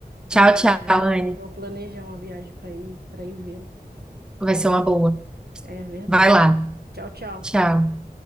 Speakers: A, in the centre; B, on the right (about 80°).
A: Tchau,
B: Ah,
A: tchau,
B: é.
A: Anne.
B: Eu vou planejar uma viagem para ir, para ir vê-lo.
A: Vai ser uma boa.
B: É verdade.
A: Vai lá.
B: Tchau, tchau.
A: Tchau.